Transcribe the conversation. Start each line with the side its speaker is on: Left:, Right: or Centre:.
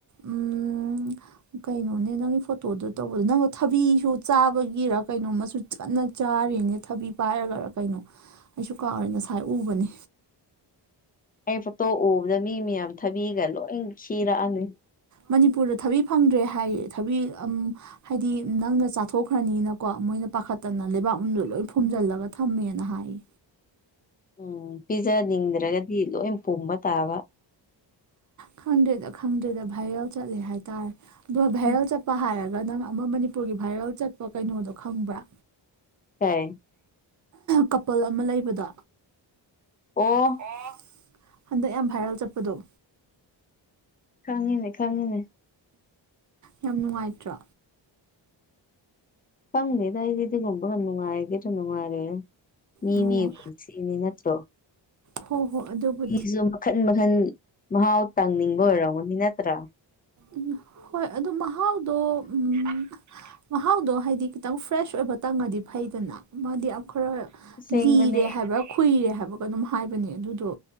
Right: ꯎꯝ ꯀꯩꯅꯣꯅꯦ ꯅꯪꯒꯤ ꯐꯣꯇꯣꯗꯨ ꯇꯧꯕꯗꯣ ꯅꯪꯂꯣ ꯊꯕꯤꯁꯨ ꯆꯥꯕꯒꯤꯔ ꯀꯩꯅꯣꯝꯃꯥꯁꯨ ꯀꯟꯅ ꯆꯥꯔꯤꯅꯦ ꯊꯕꯤ ꯄꯥꯏꯔꯒꯔꯥ ꯀꯩꯅꯣ ꯑꯩꯁꯨ ꯀꯥꯎꯔꯦ ꯉꯁꯥꯏ ꯎꯕꯅꯦ
Left: ꯑꯩ ꯐꯣꯇꯣ ꯎꯕꯗ ꯃꯤ ꯃꯌꯥꯝ ꯊꯥꯕꯤꯒꯥ ꯂꯣꯏ ꯈꯤꯔꯛꯑꯅꯤ
Right: ꯃꯅꯤꯄꯨꯔꯗ ꯊꯕꯤ ꯐꯪꯗ꯭ꯔꯦ ꯍꯥꯏꯌꯦ ꯊꯕꯤ ꯑꯝ ꯍꯥꯏꯗꯤ ꯅꯪꯅ ꯆꯥꯊꯣꯛꯈ꯭ꯔꯅꯤꯅꯀꯣ ꯃꯣꯏꯅ ꯄꯥꯈꯠꯇꯅ ꯂꯩꯕꯥꯛꯃꯗꯣ ꯂꯣꯏ ꯐꯨꯝꯖꯤꯜꯂꯒ ꯊꯝꯃꯦꯅ ꯍꯥꯏꯌꯦ
Left: ꯎꯝ ꯄꯤꯖꯅꯤꯡꯗ꯭ꯔꯥꯒꯗꯤ ꯂꯣꯏ ꯄꯨꯝꯕ ꯇꯥꯕ
Right: ꯈꯪꯗ꯭ꯔꯦꯗ ꯈꯪꯗ꯭ꯔꯦꯗ ꯚꯥꯏꯔꯦꯜ ꯆꯠꯂꯦ ꯍꯥꯏꯇꯥꯔꯦ ꯑꯗꯨꯒ ꯚꯥꯏꯔꯦꯜ
Left: ꯎꯝ
Right: ꯆꯠꯄ ꯍꯥꯏꯔꯒ ꯅꯪ ꯑꯃ ꯃꯅꯤꯄꯨꯔꯒꯤ ꯚꯥꯏꯔꯦꯜ ꯆꯠꯄ ꯀꯩꯅꯣꯗꯣ ꯈꯪꯕ꯭ꯔꯥ
Left: ꯀꯩ
Right: ꯀꯄꯜ ꯑꯃ ꯂꯩꯕꯗꯣ
Left: ꯑꯣ
Right: ꯑꯣ ꯍꯟꯗꯛ ꯌꯥꯝ ꯚꯥꯏꯔꯦꯜ ꯆꯠꯄꯗꯣ
Left: ꯈꯪꯉꯤꯅꯦ ꯈꯪꯉꯤꯅꯦ
Right: ꯌꯥꯝ ꯅꯨꯡꯉꯥꯏꯇ꯭ꯔꯣ
Left: ꯈꯪꯗꯦꯗ ꯑꯩꯗꯤ ꯑꯗꯨꯒꯨꯝꯕꯒꯥ ꯅꯨꯡꯉꯥꯏꯒꯦꯗ꯭ꯔꯥ ꯅꯨꯡꯉꯥꯏꯔꯣꯏꯔꯥ ꯃꯤ
Right: ꯑꯣ
Left: ꯃꯤ <inaudible> ꯁꯤꯅꯤ ꯅꯠꯇ꯭ꯔꯣ
Right: ꯍꯣ ꯍꯣ ꯑꯗꯨꯕꯨ
Left: ꯃꯤꯖꯨ ꯃꯈꯟ ꯃꯈꯟ ꯃꯍꯥꯎ ꯇꯪꯅꯤꯡꯕ ꯑꯣꯏꯔꯝꯒꯅꯤ ꯅꯠꯇ꯭ꯔꯥ <inaudible>
Right: ꯑ ꯍꯣꯏ ꯑꯗꯣ ꯃꯍꯥꯎꯗꯣ ꯎꯝ ꯃꯍꯥꯎꯗꯣ ꯍꯥꯏꯗꯤ ꯈꯤꯇꯪ ꯐ꯭ꯔꯦꯁ ꯑꯣꯏꯕ ꯇꯪꯉꯗꯤ ꯐꯩꯗꯅ ꯃꯥꯗꯤ ꯑ ꯈꯔ
Left: ꯑꯁꯦꯡꯕꯅꯦ
Right: ꯂꯤꯔꯦ ꯍꯥꯏꯕ ꯈꯨꯨꯏꯔꯦ ꯍꯥꯏꯕ ꯀꯅꯣꯝ ꯍꯥꯏꯕꯅꯦ ꯑꯗꯨꯗꯣ